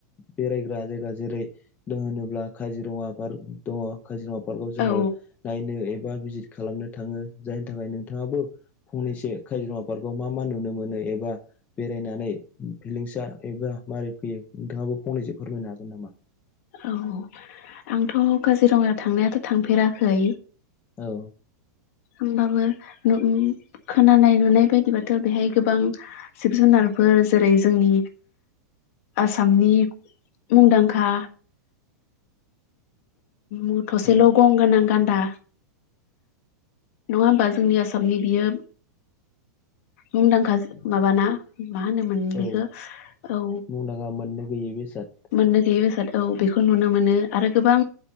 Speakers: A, on the left (about 15°); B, on the left (about 50°).
A: बेरायग्रा जायगा जेरै दं होनोब्ला काजिरङा पार्क दङ काजिरङा पार्कआव जोङो
B: औ
A: नायनो एबा भिजित खालामनो थाङो जायनि थाखाय नोंथाङाबो फंनैसो काजिरङा पार्क आव मा मा नुनो मोनो एबा बेरायनानै फिलिंसा एबा माबारै फैयो नोंथाङाबो फंनैसो फोरमायनो हागोन नामा
B: औ आंथ काजिरङायाव थांनायाथ थांफेराखै
A: औ
B: होमबाबो नु खोनानाय नुनाय बायदिबाथ बेहाय गोबां जिब जुनार फोर जेरै जोंनि आसामनि मुंदांखा मुथसेल'
A: औ
B: गं गोनां गान्दा नङा होमबा जोंनि आसामनि बियो मुंदांखा जि माबाना मा होनोमोन बेखो
A: औ
B: औ
A: मुंदांखा मोननो गैयि बेसाद
B: मोननो गैयि बेसाद औ बेखौ नुनो मोनो आरो गोबां